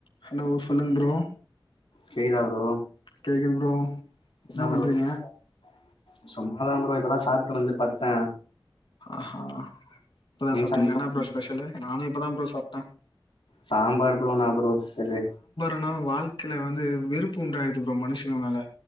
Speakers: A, on the left; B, on the left.
A: Hello சொல்லுங் bro
B: கேக்குதா bro
A: கேக்குது ப்ரோ
B: என்னா
A: என்ன பண்றீங்க
B: ப்ரோ சாப்ட்டியா சும்மா தா ப்ரோ இப்பதா சாப்ட்டு வந்து பட்த்தே
A: ஆ ஹா இப்பதா சாப்ட்டிங்ளா
B: சாப்ட்டீங்களா
A: என்னா ப்ரோ ஃஸ்பெஷலு நானு இப்பதா ப்ரோ சாப்ட்டே
B: சாம்பார் ப்ரோ என்னா ப்ரோ பெஷலு
A: உணவு வாழ்க்கைல வந்து வெறுப்பு உண்டாய்டுது ப்ரோ மனுஷங்கள மேல